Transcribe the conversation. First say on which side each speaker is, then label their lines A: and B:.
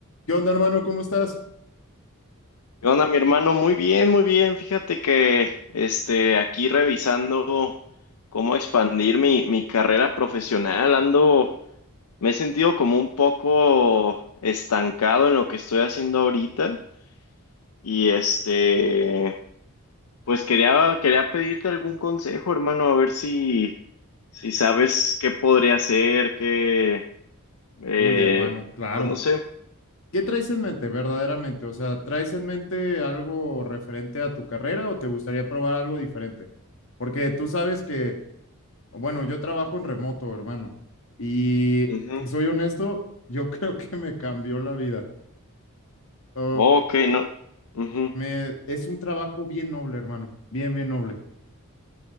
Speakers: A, on the left; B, on the left.
A: ¿Qué onda, hermano? ¿Cómo estás?
B: ¿Qué onda, mi hermano? Muy bien, muy bien. Fíjate que este, aquí revisando cómo expandir mi, mi carrera profesional, ando, me he sentido como un poco estancado en lo que estoy haciendo ahorita. Y este, pues quería, quería pedirte algún consejo, hermano, a ver si, si sabes qué podría hacer, qué, eh,
A: Uy, hermano, claro.
B: pues no sé.
A: ¿Qué traes en mente verdaderamente? O sea, ¿traes en mente algo referente a tu carrera o te gustaría probar algo diferente? Porque tú sabes que, bueno, yo trabajo en remoto, hermano. Y
B: Ujú.
A: te soy honesto, <laughs> yo creo que me cambió la vida. Oh,
B: Ok, no. Ujú.
A: me, es un trabajo bien noble, hermano. Bien, bien noble.